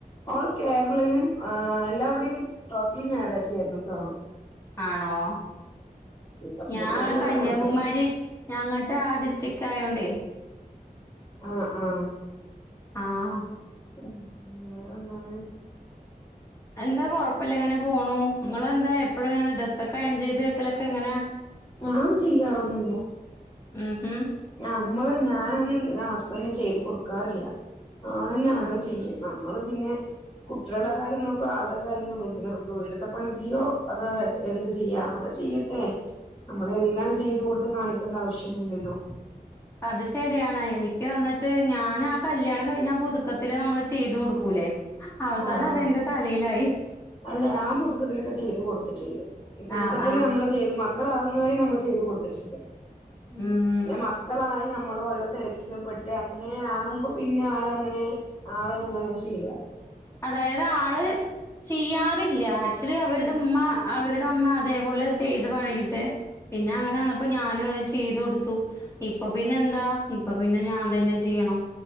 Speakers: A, on the left; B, on the left.
A: ഓൾ കേരളയും ആഹ് എല്ലാവിടെയും ടോട്ടലി ഞായറാഴ്ചയായിരുന്നുട്ടോ
B: ആണോ
A: അപ്പൊ
B: ഞാൻ
A: ഞാനിവിടെ
B: കന്യാകുമാരി
A: കൊടുത്തു
B: ഞങ്ങട്ട് ആഹ് ഡിസ്ട്രിക്റ്റ് ആയോണ്ടേ
A: ആഹ് ആഹ്
B: ആഹ്
A: ഉം വേറെന്താണ്
B: എന്താ കൊപ്പില്ല അങ്ങനെപോണു നിങ്ങളന്തെ എപ്പോഴങ്ങനെ ഡ്രസ്സൊക്കെ അയൺചെയ്ത് വെക്കലൊക്കെ എങ്ങനാ
A: ഞാൻ ചെയ്യാറൊന്നുല്ല
B: ഉം
A: നമ്മള് ഞാനൊന്നും ഹസ്ബൻ്റെ ചെയ്ത്കൊടുക്കാറില്ല ആളന്നെ ആൾടെ
B: ആ
A: ചെയ്യു നമ്മള് പിന്നെ കുട്ട്യൾടെകാര്യം നോക്കുവ ആൾടെ കാര്യങ്ങള് നോക്കി നമുക്ക് വീടത്തെ പണി ചെയ്യോ അത് എന്ത് ചെയ്യ ആഹ് ചെയ്യ ല്ലേ നമ്മളെല്ലാം ചെയ്ത് കൊടുത്ത് കാണിക്കണ്ട ആവശ്യല്ലല്ലോ
B: അത് ശരിയാണ് എനിക്ക് വന്നിട്ട് ഞാൻ ആഹ് കല്യാണം കഴിഞ്ഞാ പുതുക്കത്തില് നമ്മള് ചെയ്തു കൊടുക്കൂലേ അവസാനം
A: ആഹ്
B: അതെന്റെ
A: ആഹ്
B: തലയിലായി
A: അല്ല ഞാൻ പുതുക്കത്തിലൊക്കെ ചെയ്ത് കൊടുത്തിട്ടുണ്ട് പുതുക്കത്തിൽ
B: ആഹ് ആഹ്
A: നമ്മള് ചെയ്ത് മക്കളാവുന്നത് വരെ നമ്മൾ ചെയ്ത് കൊടുത്തിട്ടുണ്ട്
B: ഉം
A: പിന്നെ മക്കളായി നമ്മള് ഓരോ തെരക്ക്‌ ക്കില് പെട്ട് അങ്ങനെ ആകുമ്പോ പിന്നെ ആളങ്ങനെ ആളെ അങ്ങനെ ശീലായി
B: അതായത് ആള് ചെയ്യാറില്ല ആക്ച്വലി അവരുടെ ഉമ്മ അവരുടെ അമ്മ അതേപോലെ ചെയ്ത് പഴകിട്ട് പിന്നെ അങ്ങനെ വന്നപ്പോ ഞാനും അത് ചെയ്തു കൊടുത്തു ഇപ്പൊ പിന്നെ എന്താ ഇപ്പൊ പിന്നെ ഞാൻ തന്നെ ചെയ്യണം